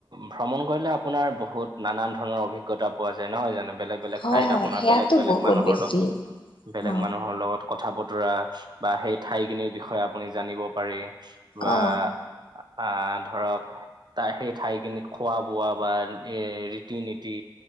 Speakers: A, on the right; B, on the left.
A: ভ্ৰমণ কৰিলে আপোনাৰ বহুত নানান ধৰণৰ অভিজ্ঞতা পোৱা যায় নহয় জানো বেলেগ? বেলেগ
B: হয়
A: ঠাইত
B: হয়
A: আপোনাৰ
B: সেয়াতো
A: বেলেগ, বেলেগ
B: বহুত
A: মানুহৰ
B: বেছি
A: লগ বেলেগ
B: অ
A: মানুহৰ লগত। কথা বতৰা বা সেই ঠাইখিনিৰ বিষয়ে আপুনি জানিব পাৰি বা
B: অ
A: আ ধৰক ত সেই ঠাই কিনিত খোৱা বোৱা বা এ ৰীতি নীতি